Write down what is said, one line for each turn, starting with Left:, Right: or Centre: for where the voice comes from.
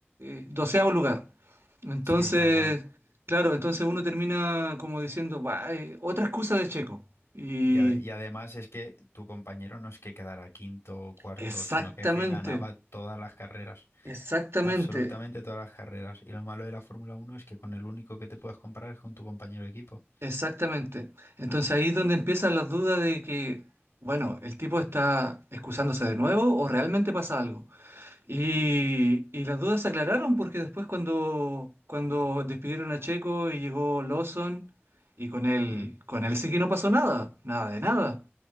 Right: eh, doceavo lugar. Entonces,
Left: sí, tal cual.
Right: claro, entonces uno termina como diciendo, "Buah, eh, otra excusa de Checo. Y
Left: Y, ade- y además es que tu compañero no es que quedara quinto o cuarto,
Right: exactamente,
Left: sino que, es que ganaba todas las carreras.
Right: exactamente,
Left: absolutamente todas las carreras. Y lo malo de la Fórmula Uno es que con el único que te puedes comparar es con tu compañero de equipo.
Right: exactamente. Entonces ahí es donde empiezan las dudas de que, bueno, el tipo está excusándose de nuevo o realmente pasa algo. Y, y las dudas se aclararon porque después cuando, cuando despidieron a Checo y llegó Lawson, y con él,
Left: Mm,
Right: con él sí que no pasó nada, nada de nada.